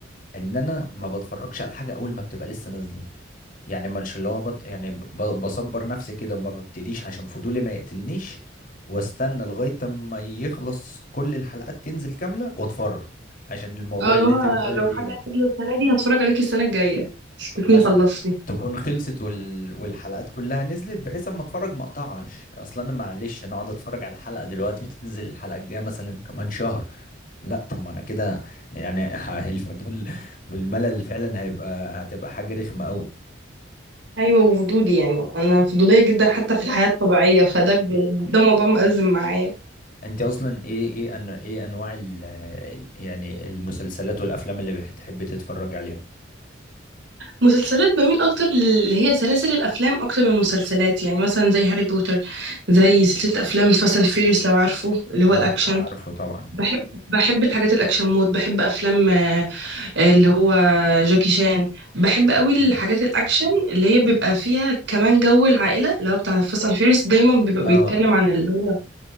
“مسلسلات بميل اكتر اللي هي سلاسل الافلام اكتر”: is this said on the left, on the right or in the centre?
Right